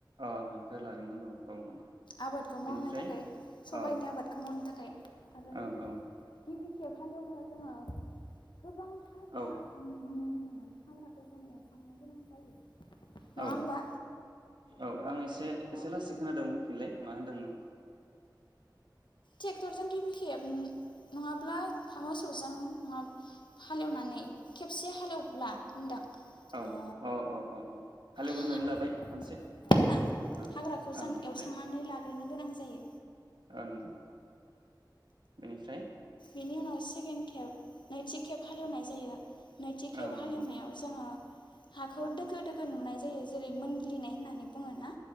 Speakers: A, on the right; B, on the left.
A: ओ हाखौ लागोरनांगौ। औ नंगौ
B: आबादखौ
A: बेनिफ्राय
B: मावनो थाखाय सबायनि
A: औ
B: आबादखौ मावनो थाखाय
A: औ
B: आरो गिबि खेब
A: <inaudible>
B: हालेवब्ला जोङो गोबां हाग्रा
A: औ
B: नु नुनो मोनो। हाग्राखौ जों एवस्रांनो गोनां जायो नङा
A: औ
B: होमबा
A: औ आं एसे एसे लासै खोनादों बुंफिनलाय मा होनदोंमोन?
B: टेक्टरजों गिबि खेब नङाब्ला मोसौजों नङा हालेवनानै खेबसे हालेवब्ला होनदां।
A: औ
B: ओ
A: औ औ औ औ हालेवग्रोनानै
B: हाग्रा
A: लाबाय खनसे
B: लाग्रोना
A: ओं
B: हाग्राखौ जों
A: ओं बेनिफ्राय
B: एवस्रांनानै लाग्रोनो गोनां जायो
A: औ नंगौ। बेनिफ्राय
B: बिनि उनाव सेकेन्ड केब नैथि खेब हालेवनाय जायो। नैथि खेब
A: औ
B: हालेवनायाव
A: नंगौ
B: जोङो हाखौ दोखो दोखो नुनाय जायो जेरै मोनग्लिनाय होननानै बुङो ना।